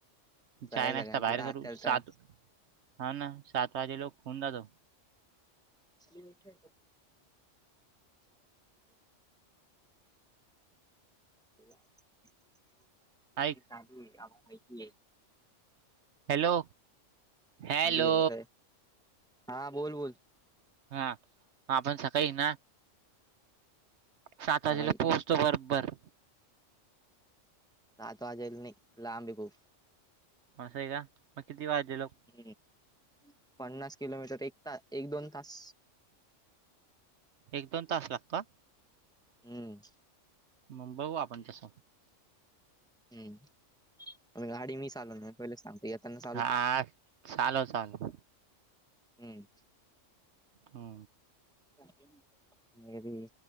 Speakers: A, in the centre; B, on the right (about 65°).
A: सगळ्या
B: चाय, नास्ता
A: सगळ्या कुठं
B: बाहेर
A: आत्याला
B: करू सात हा ना सात वाजेल होऊन जातो.
A: कोणत्या बी ठेव. <inaudible>
B: आइक
A: काबुळे आत माहितीय
B: हॅलो हॅलो
A: आलोय कुठं हां बोल बोल
B: हा आपण सकाळी ना सात
A: सकाळी
B: वाजेला पोहोचतो बरोबर.
A: हा तो आलेला नाही लांबय खूप.
B: असय का मग किती वाजललो
A: हम्म पन्नास किलोमीटर एक ता एक दोन तास.
B: एक दोन तास लागतो
A: हम्म
B: मग बघू आपण तस.
A: हम्म गाडी मी चालवणार म पहिले सांगतो. येताना चालव
B: हा
A: तु
B: चालव चालव
A: हम्म
B: हा
A: घराकडे ये